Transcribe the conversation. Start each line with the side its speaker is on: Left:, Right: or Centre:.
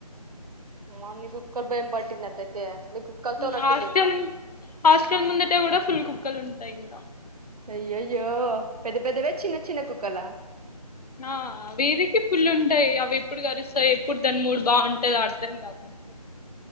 Right: మ్మో నీకు కుక్కల భయం బట్టింది అట్లయితే నీకు కుక్కలతో
Left: ఉమ్
Right: ఉన్నట్టుంది
Left: హాస్టల్ హాస్టల్ ముందట గూడ ఫుల్ కుక్కలుంటయి ఇంగ.
Right: అయ్యయ్యో పెద్ద పెద్దవా చిన్న చిన్న కుక్కలా
Left: ఆ బీబీ కి ఫుల్లు ఉంటాయి అవి ఎప్పుడు కరుస్తాయి ఎప్పుడు దాని మూడు బాగుంటది అర్థం కాదు నాకు